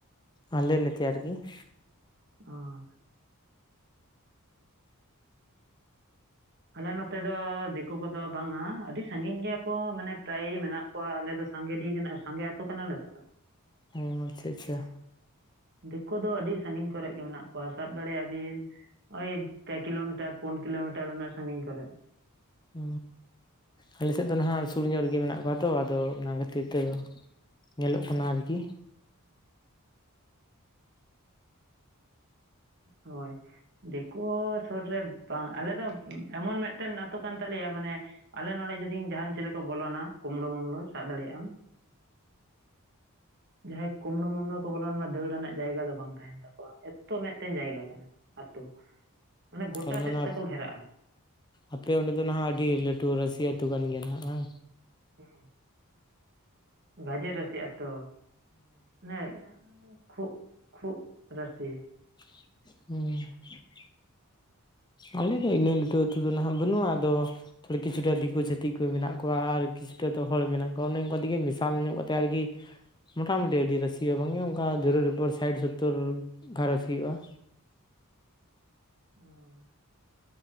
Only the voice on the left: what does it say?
ᱟᱞᱮ ᱱᱮᱚᱮ ᱟᱨᱜᱤ ᱾
ᱚ ᱟᱪᱪᱷᱟ ᱟᱪᱪᱷᱟ
ᱚ ᱟᱞᱮ ᱥᱮᱫ ᱫᱚ ᱱᱟᱦᱟᱜ ᱥᱩᱨ ᱧᱚᱜ ᱨᱮᱜᱮ ᱢᱮᱱᱟᱜ ᱠᱚᱣᱟ ᱛᱚ ᱟᱫᱚ ᱚᱱᱟ ᱠᱷᱟᱹᱛᱤᱨ ᱛᱮᱠᱚ ᱧᱮᱞᱚᱜ ᱠᱟᱱᱟ ᱟᱨᱠᱤ
ᱛᱟᱨᱢᱟᱱᱮ
ᱟᱯᱮ ᱚᱸᱰᱮ ᱫᱚ ᱱᱟᱦᱟᱜ ᱟᱹᱰᱤ ᱞᱟᱹᱴᱩ ᱨᱟᱹᱥᱤ ᱟᱹᱛᱩ ᱠᱟᱱ ᱜᱮᱭᱟ ᱱᱟᱦᱟᱜ ᱵᱟᱝ?
ᱦᱢ ᱟᱞᱮ ᱫᱚ ᱤᱱᱟᱹᱜ ᱞᱟᱹᱴᱩ ᱟᱹᱛᱩ ᱫᱚ ᱱᱟᱦᱟᱜ ᱵᱟᱹᱱᱩᱜᱼᱟ ᱟᱫᱚ ᱛᱷᱚᱲᱤ ᱠᱤᱪᱷᱩᱴᱟ ᱫᱤᱠᱩ ᱪᱷᱟᱛᱤᱠ ᱠᱚ ᱢᱮᱱᱟᱜ ᱠᱚᱣᱟ ᱟᱨᱠᱤ <inaudible> ᱫᱚ ᱦᱚᱲ ᱢᱮᱱᱟᱜ ᱠᱚᱣᱟ ᱚᱱᱮ ᱚᱱᱠᱟ ᱛᱮᱜᱮ ᱢᱮᱥᱟᱞ ᱧᱚᱜ ᱠᱟᱛᱮᱫ ᱟᱨᱠᱤ ᱢᱚᱴᱟ-ᱢᱩᱴᱤ ᱟᱹᱰᱤ ᱨᱟᱹᱥᱤ ᱦᱚᱸ ᱵᱟᱝ ᱜᱮ ᱚᱱᱠᱟ ᱡᱳᱨᱮᱨ ᱩᱯᱚᱨ ᱥᱟᱤᱭᱴ ᱥᱳᱛᱛᱳᱨ ᱜᱷᱟᱨᱚᱸᱧᱡᱽ ᱦᱩᱭᱩᱜᱼᱟ